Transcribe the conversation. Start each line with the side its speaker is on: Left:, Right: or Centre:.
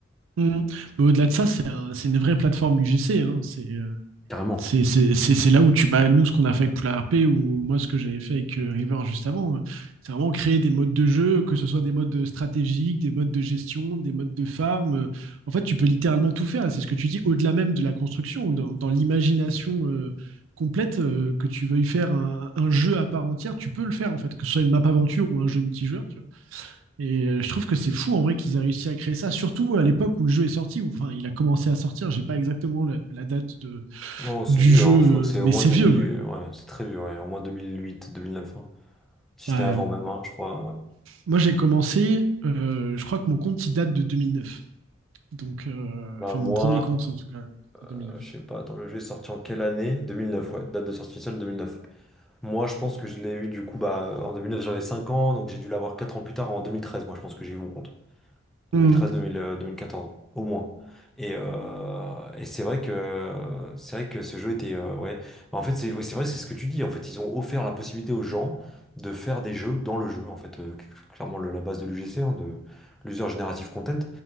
Right: Mm. Mais au-delà de ça, c'est un- c'est une vraie plateforme UGC. hein. C'est, euh,
Centre: Carrément.
Right: C'est c'est c'est c'est là où tu. Bah, nous, ce qu'on a fait avec Poula RP ou moi, ce que j'avais fait avec euh, River juste avant, euh, c'est vraiment créer des modes de jeu, que ce soit des modes euh, stratégiques, des modes de gestion, des modes de farm. euh, En fait, tu peux littéralement tout faire. C'est ce que tu dis, au-delà même de la construction, dans, dans l'imagination euh, complète, euh, que tu veuilles faire un, un jeu à part entière, tu peux le faire, en fait, que ce soit une map aventure ou un jeu multijoueur. tu vois. Et euh, je trouve que c'est fou, en vrai, qu'ils aient réussi à créer ça, surtout à l'époque où le jeu est sorti, ou enfin, il a commencé à sortir. J'ai pas exactement la, la date de
Centre: Non, c'est
Right: du
Centre: vieux,
Right: jeu,
Centre: hein. Je crois que c'est
Right: mais
Centre: au moins
Right: c'est
Centre: 2000...
Right: vieux. ouais.
Centre: Ouais, c'est très vieux, ouais. Au moins 2008, 2009. hein. Si
Right: Bah,
Centre: c'était avant même, hein, je crois. Ouais.
Right: moi, j'ai commencé, euh, je crois que mon compte, il date de 2009. Donc, euh,
Centre: Bah,
Right: enfin,
Centre: moi,
Right: mon premier compte, en tout cas, c'est 2009.
Centre: euh, je sais pas, attends, le jeu est sorti en quelle année? 2009, ouais. Date de sortie initiale 2009. Moi, je pense que je l'ai eu du coup, bah, en 2009, j'avais 5 ans, donc j'ai dû l'avoir 4 ans plus tard, en 2013, moi, je pense que j'ai eu mon compte. 2013,
Right: Mm,
Centre: 2000, euh, 2014, au moins. Et, euh, et c'est vrai que c'est vrai que ce jeu était euh, ouais. Mais En fait, c'est ouais, c'est vrai, c'est ce que tu dis. En fait, ils ont offert la possibilité aux gens de faire des jeux dans le jeu. En fait, euh, clairement le- la base de l'UGC, hein, de l'User Generative Content.